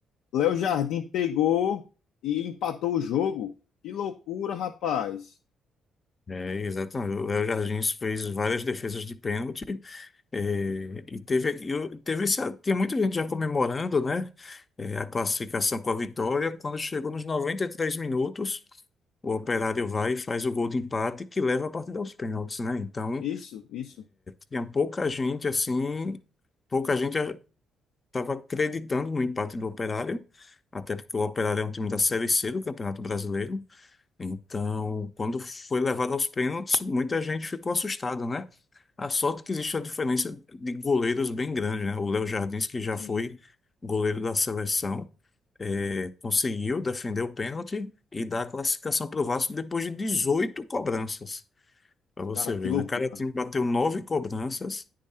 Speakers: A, on the left; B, on the left.
A: Léo Jardim pegou e empatou o jogo. Que loucura, rapaz.
B: É, exatamente. O Léo Jardim fez várias defesas de pênalti. É, e teve, e eu- teve esse, tinha muita gente já comemorando, né, é, a classificação com a vitória. Quando chegou nos 93 minutos, o Operário vai e faz o gol de empate que leva a partida aos pênaltis, né? Então,
A: Isso, isso.
B: Tinha pouca gente assim, pouca gente estava acreditando no empate do Operário, até porque o Operário é um time da Série C do Campeonato Brasileiro. Então, quando foi levado aos pênaltis, muita gente ficou assustada, né? A sorte que existe uma diferença de goleiros bem grande, né? O Léo Jardins, que já
A: Sim.
B: foi goleiro da seleção, eh, conseguiu defender o pênalti e dar a classificação para o Vasco depois de 18 cobranças. Pra você
A: Cara,
B: ver,
A: que loucura.
B: né? Cada time bateu nove cobranças,